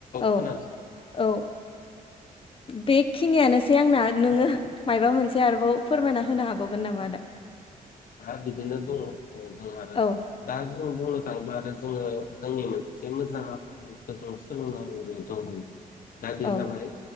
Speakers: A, on the left (about 35°); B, on the left (about 70°).
A: औ
B: खोनादों
A: औ बेखिनियानोसै आंना नोंङो
B: औ
A: माबा मोनसे आरोबाव फोरमायना होनो हाबावगोन नामा आदा
B: ह बिदिनो दंङ जों आरो
A: औ
B: दा ज बुंनो थांङोब्ला आरो जोंङो जोंनि मोनसे मोजां आखखौजों सोलोंनांगौ दं दा बे
A: औ
B: जाबाय